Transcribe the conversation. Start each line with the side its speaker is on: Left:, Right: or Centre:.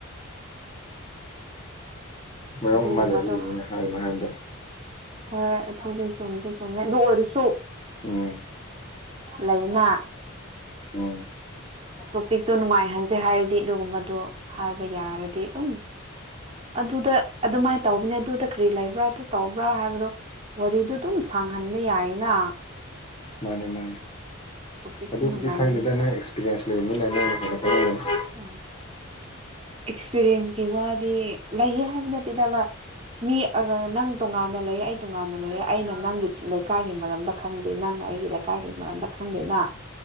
Left: ꯃꯔꯝ
Right: ꯑꯗꯨꯒꯨꯝꯕꯗꯣ
Left: ꯑꯃ ꯂꯩꯕꯤꯔꯤꯅꯤꯅ ꯍꯥꯏꯅꯣ ꯍꯥꯏꯕꯗ
Right: ꯍꯣꯏ ꯑꯗꯨꯨꯗꯤ ꯆꯨꯝꯗꯦ ꯆꯨꯝꯃꯦ ꯑꯗꯨ ꯑꯣꯏꯔꯁꯨ
Left: ꯎꯝ
Right: ꯂꯩꯥꯏꯅꯥ
Left: ꯎꯝ
Right: ꯇꯣꯄꯤꯛꯇꯣ ꯅꯨꯡꯉꯥꯏꯍꯟꯁꯦ ꯍꯥꯏꯔꯗꯤ ꯑꯗꯨꯒꯨꯝꯕꯗꯣ ꯍꯥꯏꯕ ꯌꯥꯔꯗꯤ ꯑꯗꯨꯝ ꯑꯗꯨꯗ ꯑꯗꯨꯃꯥꯏꯅ ꯇꯧꯕꯅꯦ ꯑꯗꯨꯗ ꯀꯔꯤ ꯂꯩꯕ꯭ꯔꯥ ꯑꯗꯨ ꯇꯧꯕ꯭ꯔꯥ ꯍꯥꯏꯕꯗꯣ ꯋꯥꯔꯤꯗꯨ ꯑꯗꯨꯝ ꯁꯥꯡꯍꯟꯕ ꯌꯥꯏꯌꯦꯅ
Left: ꯃꯥꯅꯦ ꯃꯥꯅꯦ
Right: ꯇꯣꯄꯤꯛꯁꯨ
Left: ꯑꯗꯨꯕꯨꯗꯤ
Right: ꯅꯨꯡꯉꯥꯏꯒꯅꯤ
Left: ꯈꯡꯗꯦꯗ ꯅꯣꯏ ꯑꯦꯛꯁꯄꯤꯔꯤꯌꯦꯟꯁ ꯂꯩꯕꯅꯤꯅ ꯅꯣꯏꯅ ꯍꯂꯛꯄ <unintelligible>
Right: ꯑꯣ ꯑꯦꯛꯁꯄꯤꯔꯤꯌꯦꯟꯁꯀꯤ ꯋꯥꯗꯤ ꯂꯩꯌꯦ ꯍꯥꯏꯕ ꯅꯠꯇꯦꯗ ꯂꯣꯏ ꯃꯤ ꯅꯪ ꯇꯣꯉꯥꯟꯅ ꯂꯩ ꯑꯩ ꯇꯣꯉꯥꯟꯅ ꯂꯩꯌꯦ ꯑꯩꯅ ꯅꯡꯒꯤ ꯂꯩꯀꯥꯏꯒꯤ ꯃꯔꯝꯗ ꯈꯡꯗꯦ ꯅꯡꯅ ꯑꯩꯒꯤ ꯂꯩꯀꯥꯏꯒꯤ ꯃꯔꯝꯗ ꯈꯡꯗꯦꯅ